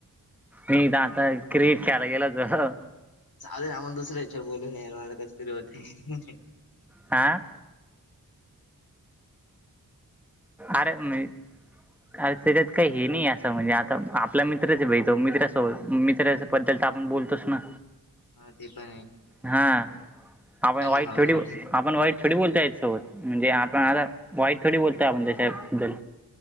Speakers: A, in the centre; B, on the left.
A: मी इथ आता क्रिकेट खेळायला गेलो होतो.
B: चालेल आपण दुसर्या याच्यावर बोलून <unintelligible> नाटक सतरी होतेय.
A: आ. आरे मी अरे त्याच्यात काही हे नाही असं म्हणजे आता आपल्या मित्रच भेटतो मित्र अस मित्राच. <unintelligible> पण त्याल आपण बोलतोस ना.
B: हा ते पण आहे.
A: हा आपण
B: पण
A: वाईट
B: राहू
A: थोडी
B: दे
A: आपण वाईट थोडी बोलताय याच्या सोबत. म्हणजे आपण आता वाईट थोडी बोलतोय आपण त्याच्याबद्दल.